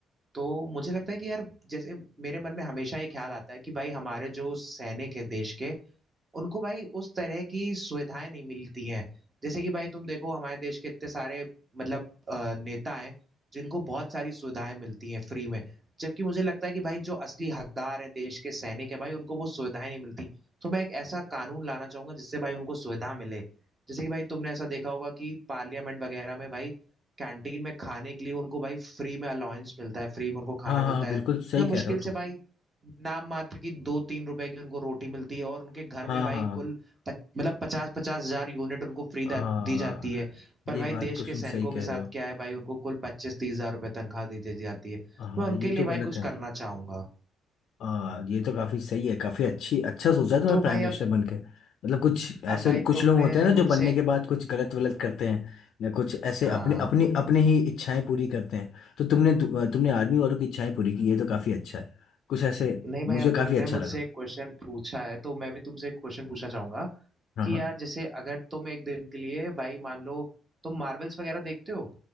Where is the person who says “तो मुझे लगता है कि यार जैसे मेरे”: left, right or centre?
Right